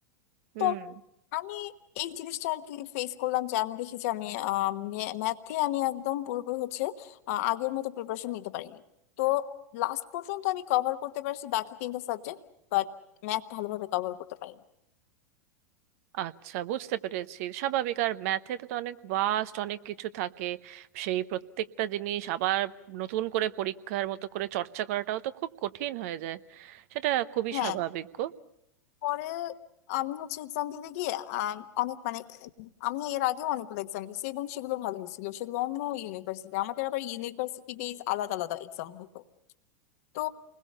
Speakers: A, on the right; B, on the left.
A: হুম
B: তো আমি এই জিনিসটা আর কি ফেস করলাম যে আমি দেখি যে আমি ম্যাথে আমি একদম পুরোপুরি হচ্ছে আহ, আগের মতো প্রিপারেশন নিতে পারিনি তো লাস্ট পর্যন্ত আমি কভার করতে পারছি বাকি তিনটা সাবজেক্ট বাট ম্যাথ ভালোভাবে কভার করতে পারিনি
A: আচ্ছা বুঝতে পেরেছি স্বাভাবিক আর ম্যাথে তো অনেক ভাস্ট অনেক কিছু থাকে সেই প্রত্যেকটা জিনিস আবার নতুন করে পরীক্ষার মতো করে চর্চা করাটাও তো খুব কঠিন হয়ে যায় সেটা খুবই
B: হ্যাঁ
A: স্বাভাবিক গো
B: পরে আমি হচ্ছে এক্সাম দিতে গিয়ে আম, অনেক মানে আমি এর আগেও অনেকগুলো এক্সাম দিয়েছি এবং সেগুলো ভালো হয়েছিল সেগুলো অন্য ইউনিভার্সিটি আমাদের আবার ইউনিভার্সিটি বেস আলাদা আলাদা এক্সাম হতো তো